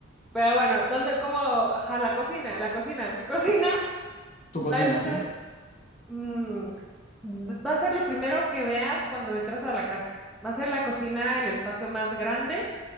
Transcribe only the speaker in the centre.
Pero bueno, ¿dónde, cómo? Ajá, la cocina, la cocina, mi <laughs> cocina
va
a estar
Mm, va a ser lo primero que veas cuando entras a la casa. Va a ser la cocina el espacio más grande